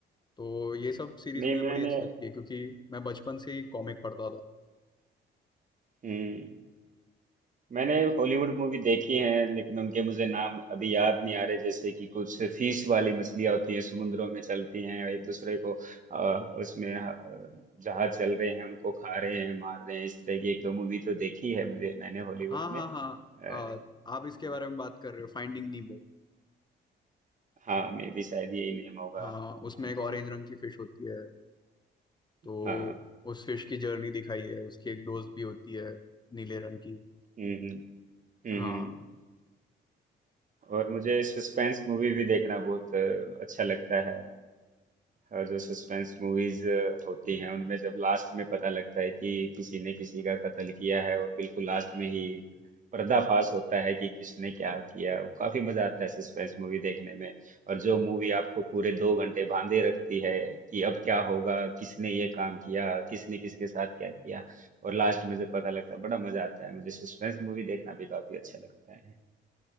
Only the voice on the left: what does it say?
तो ये सब सीरीज
मुझे
बड़ी अच्छी लगती है क्योंकि मैं बचपन से ही कॉमिक पढ़ता था
हाँ हाँ
हाँ
अ, आप इसके बारे में बात कर रहे हो फाइंडिंग नीमो
हाँ
उसमें एक ऑरेंज रंग की फिश होती है तो
उस फिश की जर्नी दिखाई है उसकी एक दोस्त भी होती है नीले रंग की
हाँ